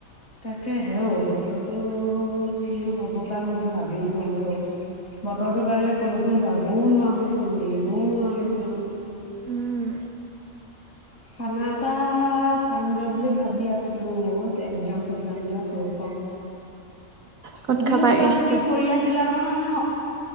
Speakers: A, on the left; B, on the right.
A: তাকে হে অ', বতৰতো কিনো হ'ব পাই মই একো ভাবিয়ে পোৱা নাই অ', বতৰটোৰ কাৰনে কলৈকো যাবও নোৱাৰা হৈছো, মেলিবও নোৱাৰা হৈছো।
B: উম।
A: খানা এটা খামগে বুলি ভাবি আছো, একজাম চেগজাম বিলাক শেষ হক।
B: ক'ত
A: তুমিও
B: খাবাগে
A: কিবা কিবি
B: চেচ।
A: কৰি আছিলা নহয় ন।